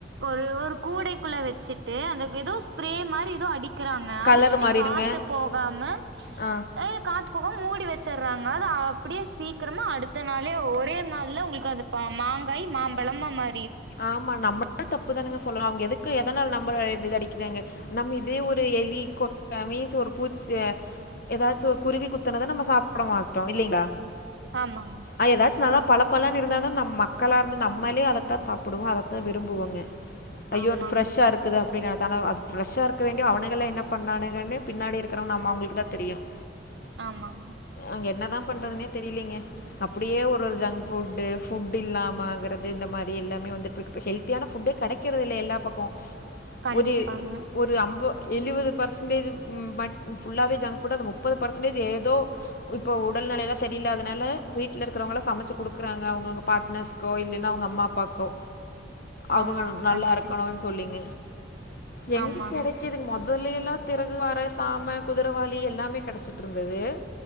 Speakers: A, on the right (about 75°); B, on the left (about 55°).
A: ஒரு ஒரு கூடைக்குள்ள வச்சிட்டு அந்த எதோ ஸ்பரே மாரி எதோ அடிக் க்கிறாங்க
B: கலர்
A: அடிஸ்ட்டு
B: மாறிடுங்க.
A: காத்து போகாம
B: ஆ
A: ஏ காத்து போக மூடி வச்சறாங்க அது அப்டியே சீக்கிரமா அடுத்த நாளே ஒரே நாள்ல உங்களுக்கு அந்த ப மாங்காய் மாம்பழமா மா
B: ஆமா நம்ம தப்புதானுங்க சொல்லனு அவங்க எதுக்கு எதனாள நம்ப இது அடிக்கிறாங்க நம்ம இதே ஒரு எலி கொத்த மீன்ஸ் ஒரு பூச்சி எதாச்சி ஒரு குருவி குத்தனதா நம்ம சாப்ட மாட்டோம் இல்லைங்களா
A: ஆமாங்க
B: ஆ ஏதாச்சி நல்லா பல பலன் இருந்தாதா நம் மக்களா இருந்து நம்மளே அத தான் சாப் புடுவோ அதத்தா விரும்புவோங்க ஐயோ
A: ஆமாங்க
B: ஃப்ரெஷா இருக்குதா அப்டி நெனச்சாலு அது ஃபிரஷா இருக்க வேண்டி அவனுங்களே என்ன பண்ணானுங்கனு பின்னாடி இருக்கறவ நம் அவுங்களுக்கு தா தெரியும்
A: ஆமாங்க
B: இங்க என்னதா பண்றதுனே தெரியலீங்க அப்டியே ஒரு ஒரு ஜங்க் ஃபுட்டு ஃபுட்டு இல்லாம ஆகறது இந்த மாரி எல்லாமே வந் துட்டுருக்கப்ப ஹெல்தியான ஃபுட்டே கெடைக்கிறதில்ல எல்லா பக்கம்
A: கண்டிப்பாங்க
B: ஒரி ஒரு அம்ப எழுவது பர்சன்டேஜ் மட் ஃபுல்லாவே ஜங்க் ஃபுட் அந்த முப்பது பர்சன்டேஜ் ஏதோ இப்போ உடல்நெலையெலா சரியில்லாதனால வீட்ல இருக்கிறவங்களா சமைச்சி குடுக்கறாங்க அவுங்கவுங்க பாட்னர்ரக்ஷஸ்க்கோ இல்லைனா அவங்க அம்மா அப்பாக்கோ அவங்க
A: ஆமாங்க
B: நல்லா
A: கண்டிப்பா
B: இருக்கணுன் சொல்லிங்க எங்க
A: ஆமாங்க
B: கெடைக்கதுங் மொத மொதலி எல்லா திறகு வார சாம குதிரவாளி எல்லாமே கெடைச்சிட்டுருந்தது